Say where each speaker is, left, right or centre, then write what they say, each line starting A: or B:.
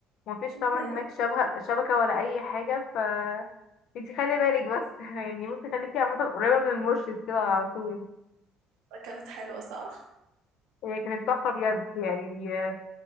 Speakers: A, on the left; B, on the right.
A: ومفيش
B: <laughs>
A: طبعا هناك شبكة شبكة ولا أي حاجة ف انتي خلي بالك بس <laughs> يعني بصي خليكي عامة قريبة من المرشد كده على طول
B: كانت حلوة صح؟
A: هي كانت تحفة بجد يعني آه،